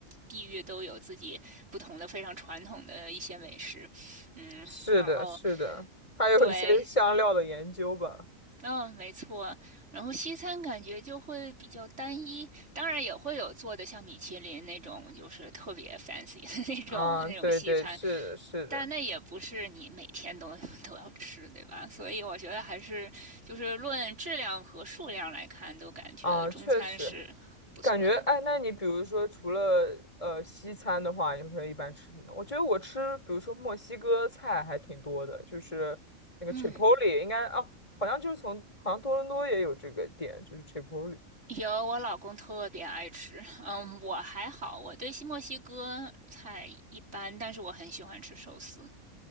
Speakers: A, on the right (about 60°); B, on the left (about 25°).
A: 地域都有自己不同的非常传统的一些美食，嗯，
B: 是的，
A: 然后
B: 是的，还有一些香料的研究吧。
A: 对，嗯，没错。然后西餐感觉就会比较单一，当然也会有做的像米其林那种，就是特别 fancy 的 <laughs> 那种那种西餐，
B: 啊，对对，是的是的，
A: 但那也不是你每天都 <laughs> 都要吃，对吧？所以我觉得还是就是论质量和数量来看，都感觉中餐是不错的。
B: 啊，确实。感觉哎，那你比如说除了呃西餐的话，你会一般吃什么呢？我觉得我吃，比如说墨西哥菜还挺多的，就是那个
A: 嗯，
B: Chipotle，应该哦，好像就是从好像多伦多也有这个店，就是 Chipotle
A: 有，我老公特别爱吃。嗯，我还好，我对西墨西哥菜一般，但是我很喜欢吃寿司，